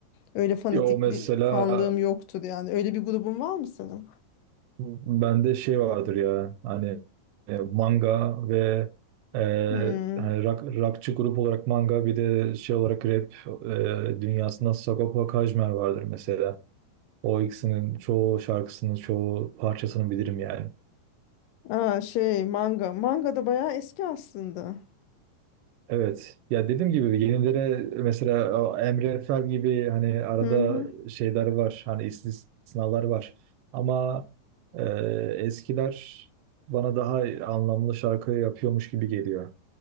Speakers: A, on the left; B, on the right.
A: öyle fanatikli
B: Ya o mesela
A: fanlığım yoktur yani öyle bir grubun var mı senin?
B: Bende şey vardır ya hani e, manga ve e,
A: Hmm.
B: hani rock, rockçı grup olarak manga bir de şey olarak rap e, dünyasında Sagopa Kajmer vardır mesela. O ikisinin çoğu şarkısının çoğu parçasını bilirim yani.
A: Aa, şey manga manga da bayağı eski aslında.
B: Evet. Ya dediğim gibi yenilere mesela o Emre Fel gibi hani arada
A: Hı hı.
B: şeyler var. Hani istisnalar var. Ama e, eskiler bana daha anlamlı şarkı yapıyormuş gibi geliyor.